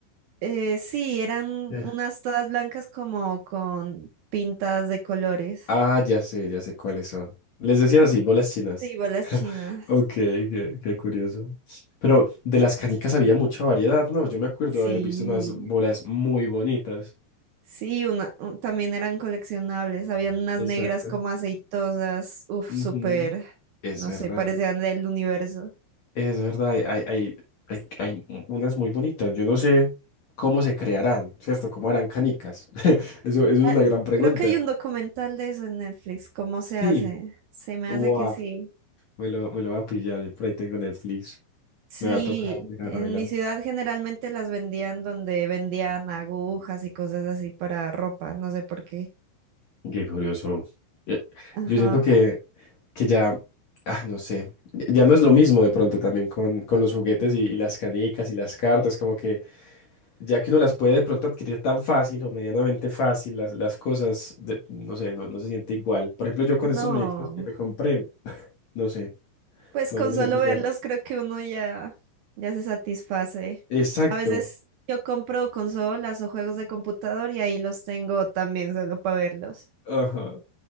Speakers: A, on the right; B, on the left.
A: Eh, sí, eran
B: Eh.
A: unas todas blancas como con pintas de colores.
B: Ah, ya sé, ya sé cuáles son. Les decían así, bolas chinas.
A: Sí, bolas chinas.
B: Ok, qué, qué curioso. Pero de las canicas había mucha variedad, ¿no? Yo me acuerdo
A: Sí,
B: de haber visto unas bolas muy bonitas.
A: sí, una, un- también eran coleccionables. Habían unas
B: Exacto.
A: negras como aceitosas, uf,
B: Ujú.
A: súper,
B: Es
A: no
B: verdad,
A: sé, parecían del universo.
B: es verdad, hay, hay, hay, hay- hay u- unas muy bonitas. Yo no sé cómo se crearán, ¿cierto? ¿Cómo harán canicas? <laughs> Eso, eso
A: Ah,
B: es una gran pregunta.
A: creo que hay un documental de eso en Netflix, ¿cómo se
B: Sí,
A: hace? Se me
B: wow,
A: hace que sí.
B: me lo, me lo va a pillar, yo por ahí tengo Netflix,
A: Sí,
B: me va a tocar mirármelo.
A: en mi ciudad generalmente las vendían donde vendían agujas y cosas así para ropa, no sé por qué.
B: Qué curioso. Eh,
A: Ajá.
B: Yo siento que, que ya, ah, no sé, ya ya no es lo mismo de pronto también con, con los juguetes y, y las canicas y las cartas, como que ya que uno las puede de pronto adquirir tan fácil o medianamente fácil, las, las cosas, de- no sé, no, no se siente igual. Por ejemplo, yo con
A: No,
B: estos muñequitos que me compré, no sé,
A: pues
B: no,
A: con
B: no me
A: solo
B: siento igual.
A: verlos creo que uno ya, ya se satisface.
B: Exacto.
A: A veces yo compro consolas o juegos de computador y ahí los tengo también solo para verlos.
B: Ajá,